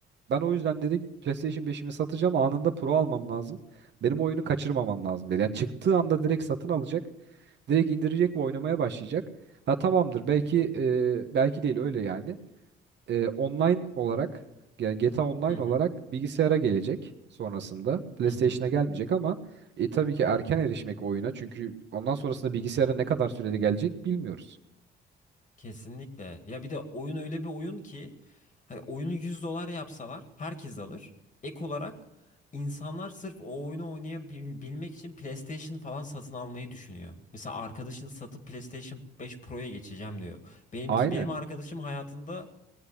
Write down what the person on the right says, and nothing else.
Ben o yüzden dedi PlayStation 5'imi satacağım anında Pro almam lazım. Benim oyunu kaçırmamam lazım dedi. Yani çıktığı anda direkt satın alacak. Direkt indirecek ve oynamaya başlayacak. Ha tamamdır belki e, belki değil öyle yani e, online olarak ge- GTA Online
olarak bilgisayara gelecek sonrasında. PlayStation'a
gelmeyecek ama e, tabii ki erken erişmek oyuna çünkü ondan sonrasında bilgisayara ne kadar sürede gelecek bilmiyoruz.
Aynen.